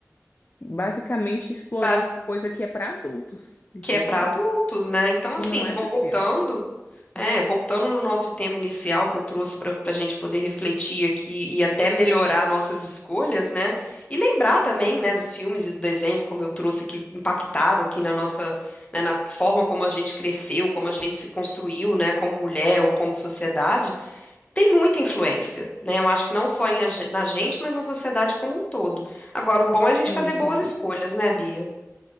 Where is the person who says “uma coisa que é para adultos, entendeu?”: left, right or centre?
Left